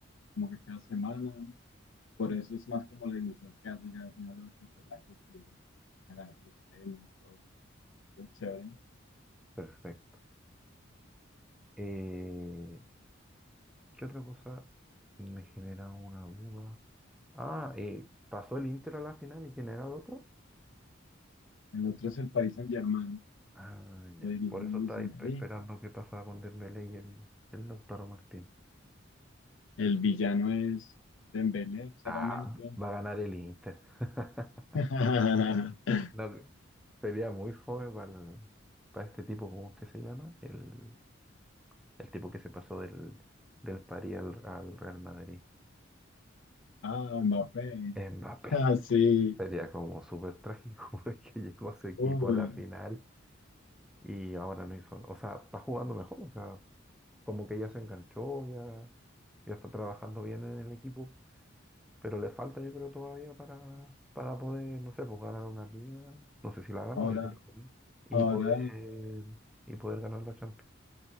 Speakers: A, on the left; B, in the centre.
A: como que cada semana. Por eso es más como la ilusión que hace ya al final de la temporada, que se ganar los premios y todo. Es chévere.
B: Perfecto. Eh, ¿qué otra cosa me genera una duda? Ah, eh, ¿pasó el Inter a la final y quién era el otro?
A: El otro es el Paris Saint-Germain,
B: Ah, ya.
A: lo dirige
B: Por
A: Luis
B: eso estáis
A: Enrique.
B: esperando qué pasaba con Dembélé y el, el Lautaro Martín.
A: El villano es Dembélé, claramente.
B: Ah, va a ganar el Inter. <laughs>
A: <laughs>
B: No, sería muy fome para, el- para este tipo, ¿cómo es que se llama? El El tipo que se pasó del, del París al, al Real Madrid.
A: Ah, Mbappé.
B: Mbappé.
A: Ah, sí.
B: Sería como súper trágico <laughs> porque llegó a su equipo
A: Uy,
B: a la final y ahora no hizo. O sea, está jugando mejor. O sea, como que ya se enganchó, ya, ya está trabajando bien en el equipo. Pero le falta, yo creo, todavía para, para poder, no sé, pues ganar una liga. No sé si la ha ganado,
A: ahora,
B: yo creo que no. Y
A: ahora,
B: poder, y poder ganar la Champions.